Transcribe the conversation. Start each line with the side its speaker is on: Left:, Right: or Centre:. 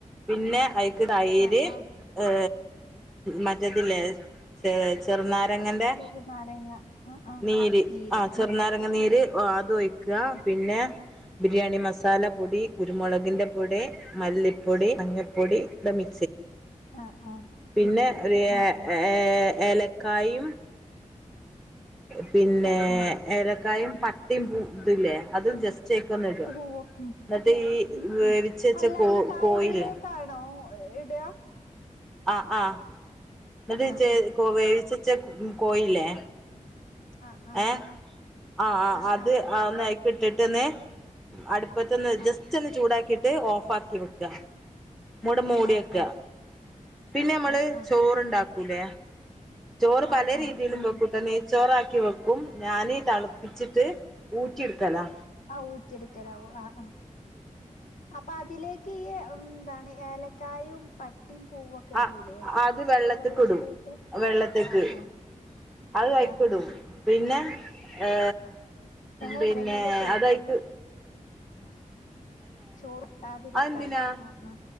Centre: പിന്നെ അയിക്ക് തൈര്
Left: ആഹ് ആഹ്
Centre: ഏ മറ്റതില്ലേ ചെറുനാ ങ്ങന്റെ
Left: ചെറുനാരങ്ങ ആഹ് ആഹ്
Centre: നീര് ആ ചെറുനാരങ്ങ
Left: ഉം
Centre: നീര് ഓ അതൊയിക്ക പിന്നെ ബിരിയാണി മസാല പൊടി കുരുമുളകിന്റെ പൊടി മല്ലിപ്പൊടി മഞ്ഞപ്പൊടി ഇ മ
Left: ആഹ് ആഹ്
Centre: പിന്നെ
Left: മിക്സെയ്യ
Centre: ഒരുഏ
Left: ആഹ് ആഹ്
Centre: ഏ ഏലക്കായും പിന്നെ
Left: ആഹ് ആഹ്
Centre: ഏലക്കായും പട്ടയും പൂ ഇതുംല്ലേ അതും ജസ്റ്റ് അയിക്കൊന്ന് ഇടുക
Left: ഉ ഉ
Centre: എന്നിട്ട് ഈ വേവിച്ച്
Left: ഉ
Centre: വെച്ച
Left: അല്ല
Centre: കോ
Left: ഈ കായത്തിലേക്കാണോ
Centre: കോഴില്ലേ
Left: എടയാ
Centre: ആ ആഹ എന്നട്ട്
Left: ആഹ് ആഹ്
Centre: കോ വേവിച്ചച്ച കോയിലേ
Left: ആഹ് ആഹ്
Centre: ഏ ആ
Left: ആഹ്
Centre: അത്
Left: ആഹ്
Centre: <unintelligible> ഇട്ടിട്ട്ന്ന് അടുപ്പത്തന്ന്
Left: ആ
Centre: ജസ്റ്റ് ഒന്ന് ചൂടാക്കിട്ട് ഓഫ് ആക്കി വെക്ക മൂട മൂടിയൊക്കാ
Left: ആ ആ ആ
Centre: പിന്നെ നമ്മള്
Left: ആ ആ
Centre: ചോറുണ്ടാക്കൂലേ ചോറ്
Left: ആ
Centre: പല
Left: ആ
Centre: രീതിയിലും
Left: ചേരുന്നു
Centre: വെക്കൂട്ട നെയ്ചോറാക്കി വെക്കും ഞാൻ തളപ്പിച്ചിട്ട് ഊറ്റി എടുക്കലാ
Left: ഊറ്റി എടുക്കലാ ഒ അ അ അപ്പോ അതിലേക്ക് ഈ തണി ഏലക്കായും പ ട്ടിയും പൂവൊക്കെ
Centre: ആ
Left: ഇടൂലേ
Centre: അത് വെള്ളത്ത്ക്ക്
Left: ആ വെള്ളത്തിലാട്ട്
Centre: ഇടും വെള്ളത്ത്ക്ക്
Left: ആ ആ
Centre: അത് കഴക്കിടും
Left: ആ ആ
Centre: പിന്നെ ഏ
Left: ഞങ്ങള്
Centre: പിന്നെ
Left: നാരങ്ങന്റെ
Centre: അതയിക്ക്
Left: ചോർട്ടാതിരിക്കാനെ
Centre: അതെന്തിനാ
Left: ആ ആ